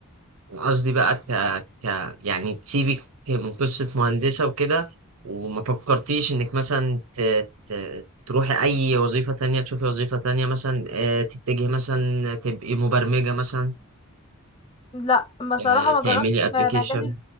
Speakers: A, on the right; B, on the left.
A: أنا قصدي بقى ك... ك يعني تسيبك من قصة مهندسة وكده وما فكرتيش انك مثلا ت... ت... تروحي اي وظيفة تانية تشوفي وظيفة تانية مثلا آه، تتجهي مثلا تبقي مبرمجة مثلا
B: لا بصراحة
A: آه، تعملي
B: ما جربتش
A: ابلكيشن
B: م- مجال